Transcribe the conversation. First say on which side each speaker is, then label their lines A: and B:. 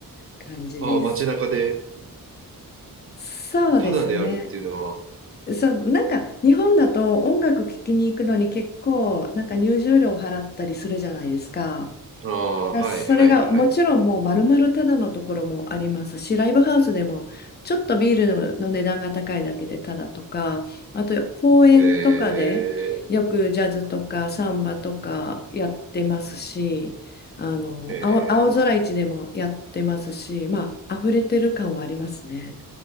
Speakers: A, on the left; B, on the right.
A: 感じです。
B: ああ、街中で、
A: そうですね。
B: ただであるっていうのは、
A: そう、なんか日本だと音楽聴きに行くのに結構、なんか入場料を払ったりするじゃないですか。
B: ああ、はい、
A: それがもちろんもう丸々ただのところもありますし、
B: はい、はい。
A: ライブハウスでもちょっとビールの値段が高いだけでただとか、あと公園とかでよくジャズとかサンバとかやってますし、
B: え
A: あの、
B: ー、え
A: 青、青空市でもやってますし、まあ、溢れてる感はありますね。